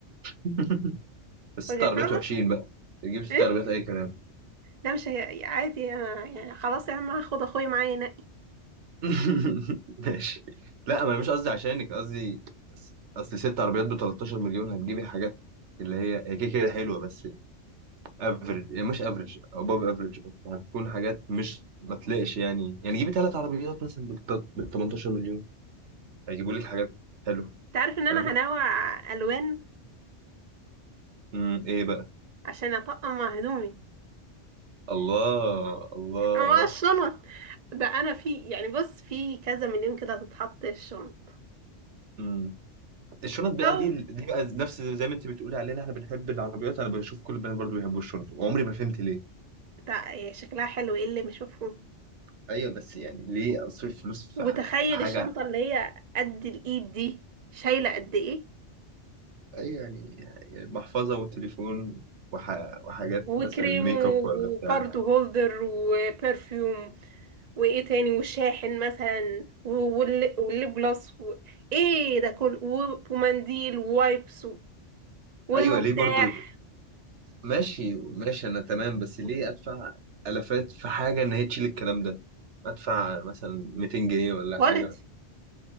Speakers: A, on the right; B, on the right.
A: <laughs> بس ست
B: وجهة
A: عربيات
B: نظر
A: وحشين بقى تجيب ست
B: ايه
A: عربيات اي كلام
B: لا مش هي يعني عادي انا يعني خلاص يا عم هاخد اخويا معايا ينقي
A: <laughs> ماشي لا ما انا مش قصدي عشانك قصدي أص- اصل ست عربيات ب 13 مليون هتجيبي حاجات اللي هي هي كده كده حلوه بس افريج يعني مش افريج اباف افريج بس هتكون حاجات مش ما تلاقيش يعني يعني جيبي ثلاث عربيات مثلا بال 18 مليون هيجيبوا لك حاجات حلوه
B: انت عارف ان انا
A: فاهم
B: هنوع الوان
A: امم ايه بقى
B: عشان اطقم مع هدومي
A: الله الله
B: مع الشنط ده انا في يعني بص في كذا مليون كده هتتحط الشنط
A: امم الشنط بقى
B: او
A: دي دي بقى نفس زي ما انت بتقولي علينا احنا بنحب العربيات انا بشوف كل البنات برضو بيحبوا الشنط وعمري ما فهمت ليه
B: ده هي شكلها حلو ايه اللي مش مفهوم
A: ايوه بس يعني ليه اصرف فلوس
B: وتخيل
A: في ح- في حاجه
B: الشنطة اللي هي قد الايد دي شايلة قد ايه
A: ايوه يعني يعني محفظه وتليفون وح... وحاجات
B: وكريم
A: مثلا ميك اب ولا
B: وكارد
A: بتاع
B: هولدر وبرفيوم وايه تاني وشاحن مثلا و- واللي- والليب جلاس و... ايه ده كله و- ومنديل ووايبس و... والمفتاح
A: ايوه ليه برضو ماشي ماشي انا تمام بس ليه ادفع الافات في حاجه ان هي تشيل الكلام ده ادفع مثلا 200 جنيه ولا
B: كواليتي
A: حاجه